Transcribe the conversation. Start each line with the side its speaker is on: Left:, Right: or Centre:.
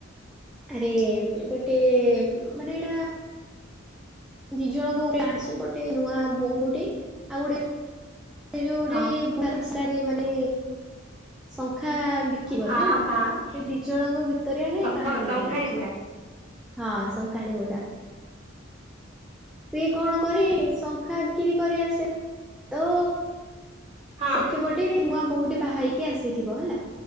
Centre: ଆରେ ଗୋଟେ ମାନେ ଏଇଟା ଦି ଜଣଙ୍କ କ୍ଲାସୀ ଗୋଟେ ନୂଆ ବୋହୂଟି ଆଉ ଗୋଟେ ସେ ଯଉ ଗୋଟେ
Right: ହଁ
Centre: ଭରି ସଂସ୍କାରି ମାନେ ଶଙ୍ଖା ବିକିବନି
Right: ହଁ
Centre: ହେଲା ସେ
Right: ହଁ
Centre: ଦି ଜଣଙ୍କ ଭିତରେ ଆଗେ ଏ କାହାଣୀ
Right: ହଁ ଶଙ୍ଖାରି
Centre: ଟା ହେଇଚି।
Right: ବୁଢା
Centre: ହଁ ଶଙ୍ଖାଳୀ ବୁଢା। ସିଏ କଣ କରେ ଶଙ୍ଖା ବିକିରି କରି ଆସେ। ତ
Right: ହଁ
Centre: ସେଠି ଗୋଟେ ନୂଆ ବୋହୁ ଟେ ବାହାହେଇକି ଆସିଥିବ ହେଲା।